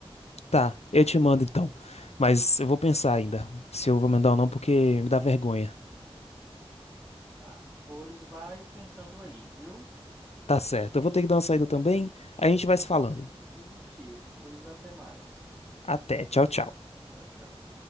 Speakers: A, on the left; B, on the right.
A: Tá, eu te mando então. Mas eu vou pensar ainda se eu vou mandar ou não, porque me dá vergonha.
B: tá? Pois vai pensando aí, viu?
A: Tá certo. Eu vou ter que dar uma saída também. A gente vai se falando.
B: Positivo, pois até mais.
A: Até. Tchau, tchau.
B: Até, tchau, tchau.